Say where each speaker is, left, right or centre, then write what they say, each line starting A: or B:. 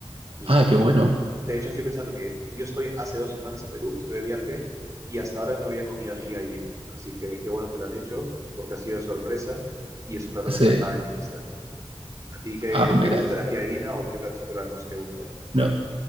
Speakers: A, on the right (about 30°); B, on the right (about 65°).
A: y
B: Ah, qué bueno.
A: de hecho estoy pensando que yo estoy hace dos semanas en Perú, que estoy de viaje y hasta ahora no había comido ají de gallina. Así que qué bueno que lo han hecho porque ha sido de sorpresa y es un plato
B: Ese.
A: que faltaba en mi lista. ¿A ti qué
B: Ah, mira.
A: te gusta el ají de gallina o qué platos peruanos te gustan?
B: No.